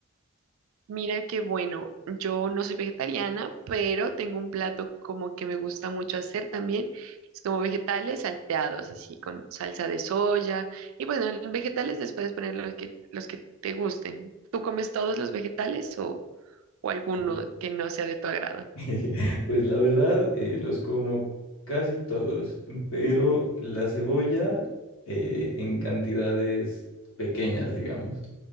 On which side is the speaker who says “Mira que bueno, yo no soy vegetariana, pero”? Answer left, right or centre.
Right